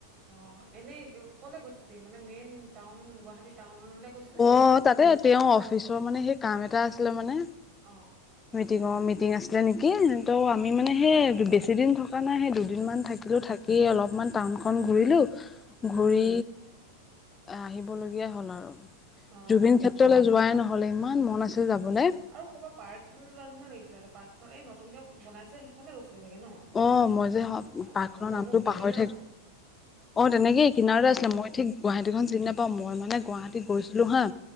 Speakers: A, on the right (about 35°); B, on the left (about 20°).
A: অ এনেই কলে গৈছিলি, মানে মেইন টাউন গুৱাহাটী টাউনলে গৈছিল
B: অ তাতে তেওঁৰ অফিচৰ মানে সেই কাম এটা আছিলে মানে।
A: অ।
B: মিটিঙ অ, মিটিং আছিলে নেকি, ত' আমি মানে সেই
A: আচ্ছা
B: বেছি দিন থ থকা নাই, সেই দুদিনমান
A: উম
B: থাকিলো থাকি অলপমান টাউনখন ঘূৰিলো
A: অ
B: ঘূৰি আহিবলগীয়া হ'ল আৰু।
A: অ
B: জুবিন
A: অ
B: ক্ষেত্ৰলৈ যোৱাই নহ'লে ইমান মন আছিল যাবলৈ।
A: আৰু ক'বাত পাৰ্ক খনে যোৱা নিচিনা লাগিছিলে, ত পাৰ্কখন এই নতুনকে বনাইছে সেইখননে গৈছিলে চাগে ন?
B: অ মই যে পাৰ্ক
A: অ অ
B: খনৰ
A: ব্ৰহ্মপুত্ৰ
B: নামটো পাহৰি
A: কিনাৰত
B: থাকো অ তেনেকই কিনাৰতে
A: অ',
B: আছিলে,
A: অ',
B: মই ঠিক গুৱাহাটীখন
A: অ',
B: চিনি নাপাওঁ মই মানে গুৱাহাটী
A: অ',
B: গৈছিলো হা।